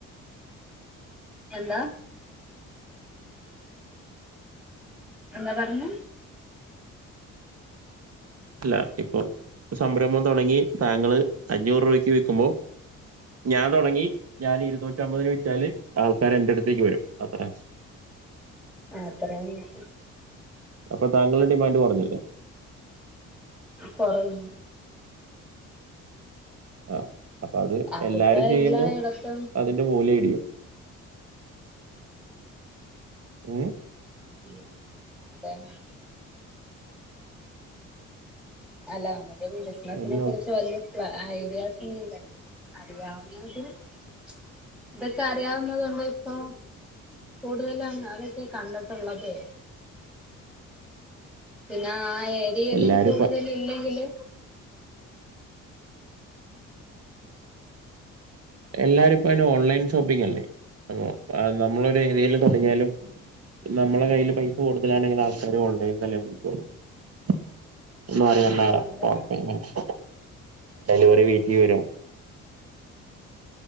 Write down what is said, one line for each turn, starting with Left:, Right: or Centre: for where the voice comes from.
Centre: എന്താ എന്താ പറഞ്ഞു
Right: അല്ല ഇപ്പോ സംരംഭം തുടങ്ങി താങ്കള് അഞ്ഞൂറ് രൂപയ്ക്ക് വിക്കുമ്പോം ഞാൻ തുടങ്ങി ഞാൻ ഇരുുന്നൂറ്റ അമ്പതിന് വിറ്റാല് ആൾക്കാര് എന്റെ അടുത്തേക്ക് വരും അത്ര
Centre: അത്ര തന്നെ
Right: അപ്പൊ താങ്കളുടെ ഡിമാൻഡ് കൊറഞ്ഞില്ലേ-
Centre: കൊറഞ്ഞു-
Right: ആഹ് അപ്പൊ അത്
Centre: അതിപ്പോ
Right: എല്ലാരും ചെയ്യുമ്പോ
Centre: എല്ലായിടത്തും
Right: അതിന്റെ മൂല്യം ഇടിയും ഉം
Centre: ഉം അതെന്നെ അല്ല അമക്ക് വികസനത്തിലെ
Right: ഇനി
Centre: കുറിച്ച്
Right: ഓ-
Centre: വല്ലതും. ഐഡിയാസ് <unintelligible> <unintelligible> ഇതൊക്കെ അറിയാവുന്നതൊണ്ട് ഇപ്പൊ കൂടുതലും അതൊക്കെ കണ്ടിട്ടുള്ളത് പിന്നെ ആഹ് ഏരിയെയിലും
Right: എല്ലാരും
Centre: കൂടുതല്
Right: ഇപ്പ
Centre: ഇല്ലെങ്കില്
Right: എല്ലാരും ഇപ്പയ്ന് ഓൺലൈൻ ഷോപ്പിങ് അല്ലേ. അങ്ങ് നമ്മളൊരു രീതിയില്
Centre: ആഹ്
Right: തൊടങ്ങിയാലും നമ്മളെ കയ്ല് പൈസ കൂടുതലാണെങ്കിൽ ആൾക്കാര് ഓൺലൈൻന്നല്ലേ വിളിക്കൊള്ളൂ <unintelligible>
Centre: അതെ
Right: പെയ്മെൻ്റ് ഡെലിവറി വീട്ടി വരും